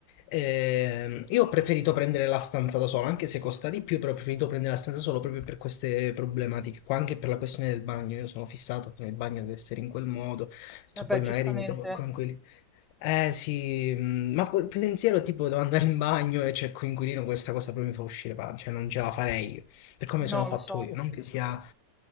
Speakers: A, on the left; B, in the centre.
A: Ehm, io ho preferito prendere la stanza da solo, anche se costa di più, però ho preferito prendere la stanza da solo proprio per queste problematiche qua, anche per la questione del bagno. Io sono fissato che il bagno deve essere in quel modo, so,
B: Vabbè,
A: poi
B: giustamente.
A: magari mi trovo con quei eh sì, mm, ma quel pensiero tipo devo andare in bagno e c'è il coinquilino, questa cosa proprio mi fa uscire pancia, cioè non ce la farei io, per come
B: No,
A: sono fatto
B: lo so.
A: io, non che sia